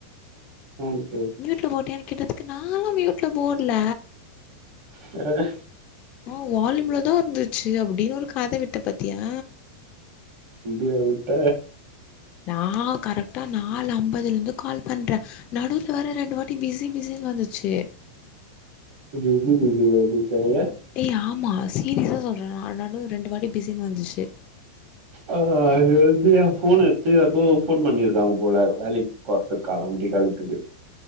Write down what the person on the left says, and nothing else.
மியூட்ல போட்டியானு கேட்டதுக்கு நாலா மியூட்ல போட்ல
ஆ வால்யூம்லதா இருந்துச்சு அப்டினு ஒரு கத விட்ட பாத்தியா
நா கரெக்டா நால் அம்பதுல இருந்து கால் பண்ற நடுவுல வேற ரெண்டு வாட்டி பிஸி பிஸினு வந்துச்சு
ஏ ஆமா சீரிஸா சொல்றே நா நடுல ரெண்டு வாட்டி பிஸினு வந்துச்சு